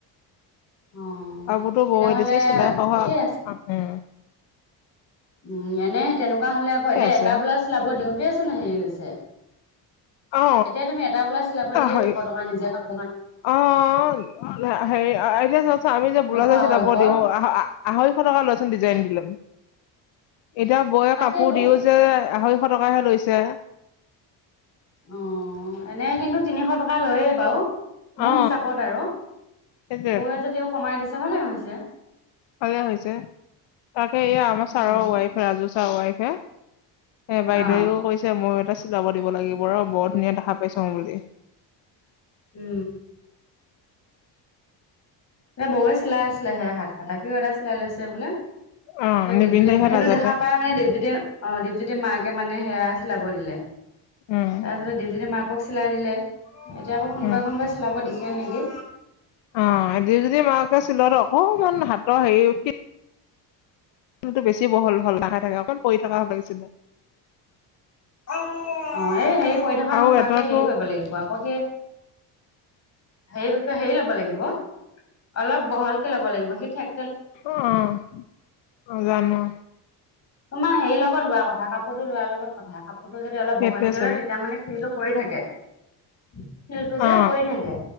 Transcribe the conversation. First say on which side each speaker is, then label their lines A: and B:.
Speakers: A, on the left (about 35°); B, on the left (about 75°).
A: অ
B: কাপোৰতো
A: তেতিয়াহ'লে
B: বৌৱে দিছে, চিলাই সহ।
A: ঠিকেই
B: উ।
A: উ, এনেই তেনেকুৱা হ'লে আকৌ,
B: ঠিকে
A: এতিয়া
B: আছে
A: এটা ব্লাউজ চিলাব দিওঁতেইচোন হেৰি লৈছে।
B: অ
A: এতিয়া তুমি এটা ব্লাউজ চিলাব দিলেই
B: হয়
A: দুশ টকা, নিজে কাপ
B: অ', হেৰি এতিয়া চকচোন আমি যে <unintelligible>
A: দুশ
B: যে
A: আঢ়ৈশ
B: চিলাব দিওঁ, আহ আ আঢ়ৈশ টকা লয়চোন ডিজাইন দি লৈ। এতিয়া বৌৱে
A: তাকেতো
B: কাপোৰ দিও যে আ আঢ়ৈশ টকাহে লৈছে।
A: অ', এনেই কিন্তু তিনিশ টকা লৈয়ে বাৰু। মোৰ
B: অ
A: হিচাপত আৰু।
B: সেইটোৱেতো
A: বৌয়ে যদিও কমাই দিছে ভালেই হৈছে।
B: ভালেই হৈছে, তাতে এই আমাৰ ছাৰৰ
A: উম
B: ৱাইফ, ৰাজু ছাৰ ৱাইফে সেই বাইদেৱেও
A: অ
B: কৈছে, ময়ো এটা চিলাব দিব লাগিব ৰ, বৰ ধুনীয়া দেখা পাইছোং বুলি।
A: উ। এ, বৌয়ে চিলাই আছিলে সেই হাত কটা, সিও এটা চিলাই লৈছে। বোলে,
B: অ নিপিন্ধেহে
A: দীপজ্যোতি সেইটো
B: লাজতে
A: দেখা পায় মানে দীপজ্যোতি অ', দীপজ্যোতি মাক কে মানে সেয়া চিলাব দিলে,
B: উম
A: তাৰপিছতে দীপজ্যোতি মাকক চিলাই দিলে। এতিয়া আকৌ কোনোবাই
B: উম
A: কোনোবাই চিলাব দিছে নিকি!
B: অ', দীপজ্যোতি মাকে চিলোৱাতো অকমান হাতৰ হেৰি, ফিট টো বেছি বহল হ'ল। <unintelligible> থাকে। অকণ পৰি থকা হ'ব লাগিছিল।
A: <unintelligible> এই হেৰি পৰি থকা
B: আৰু
A: হোৱাকে
B: এটাতো
A: হেৰি কৰিব লাগিব আকৌ সেই সেইটোত হেৰি ল'ব লাগিব। অলপ বহলকে ল'ব লাগিব, সি ঠেক
B: অ', জানো।
A: তোমাৰ হেৰি লগত লোৱা কথা, কাপোৰটো লোৱাৰ লগত কথা, কাপোৰটো যদি অলপ
B: সেইটোৱে
A: বহলকে
B: চাগে
A: লয়, তেতিয়া মানে ফুলটো পৰি থাকে। ফিল্ডটো যে
B: অ
A: পৰি থাকে,